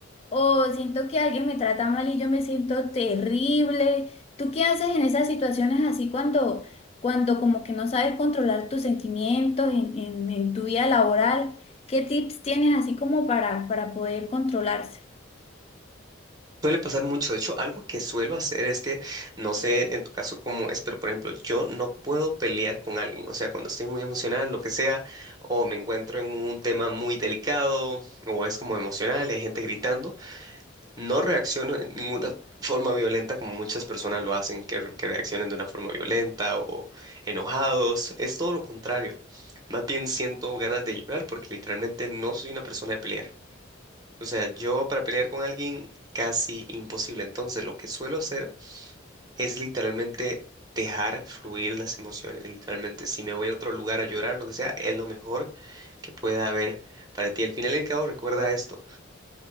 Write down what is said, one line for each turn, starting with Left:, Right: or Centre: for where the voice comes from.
Left: o siento que alguien me trata mal y yo me siento terrible. ¿Tú qué haces en esas situaciones así cuando, cuando como que no sabes controlar tus sentimientos en, en- en tu vida laboral? ¿Qué tips tienes así como para, para poder controlarse?
Right: Suele pasar mucho. De hecho, algo que suelo hacer es que, no sé en tu caso cómo es, pero por ejemplo, yo no puedo pelear con alguien. O sea, cuando estoy muy emocional, lo que sea, o me encuentro en un tema muy delicado, o es como emocional y hay gente gritando, no reacciono en ninguna forma violenta como muchas personas lo hacen, que, re- que reaccionan de una forma violenta o enojados. Es todo lo contrario. Más bien siento ganas de llorar porque literalmente no soy una persona de pelear. O sea, yo para pelear con alguien casi imposible. Entonces, lo que suelo hacer es literalmente dejar fluir las emociones. Literalmente, si me voy a otro lugar a llorar, lo que sea, es lo mejor que pueda haber para ti. Al final y al cabo, recuerda esto.